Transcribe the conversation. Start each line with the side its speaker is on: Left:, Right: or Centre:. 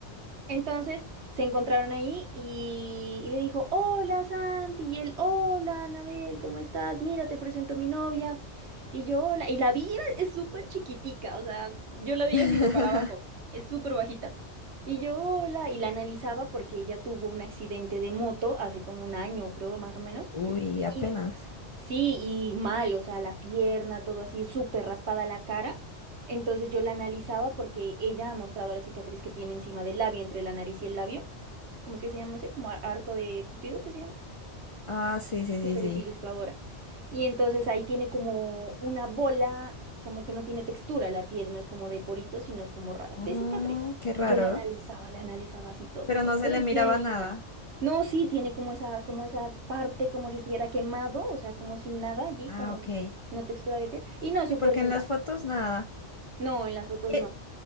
Right: Entonces se encontraron ahí y, y le dijo, hola Santi, y él, hola Anabel, ¿cómo estás? Mira, te presento a mi novia. Y yo, hola, y la vi, era- es súper chiquitica, o sea, yo la vi
Left: <laughs>
Right: así de para abajo, es súper bajita. Y yo, hola, y la analizaba porque ella tuvo un accidente de moto hace como un año, creo, más o menos.
Left: Uy, apenas.
Right: Y sí, y mal, o sea, la pierna, todo así, súper raspada la cara. Entonces yo la analizaba porque ella ha mostrado la cicatriz que tiene encima del labio, entre la nariz y el labio. ¿Cómo es que se llama ese? Como ar- arco de Cupido, ¿es que se llama?
Left: Ah, sí, sí,
Right: tú
Left: sí,
Right: que eres
Left: sí.
Right: ilustradora. Y entonces ahí tiene como una bola, como que no tiene textura la piel, no es como de poritos, sino es como rara,
Left: Mm,
Right: de cicatriz.
Left: qué
Right: Y
Left: raro,
Right: yo la analizaba, la analizaba así todo,
Left: pero
Right: todo,
Left: no se
Right: pero
Left: le
Right: es
Left: miraba
Right: bien linda.
Left: nada.
Right: No, sí, tiene como esa, como esa parte, como si estuviera quemado, o sea, como sin nada allí,
Left: Ah,
Right: como
Left: ok.
Right: no textura de piel. Y no, es súper
Left: Sí, porque
Right: linda.
Left: en las fotos nada.
Right: No, en las fotos
Left: Y,
Right: no.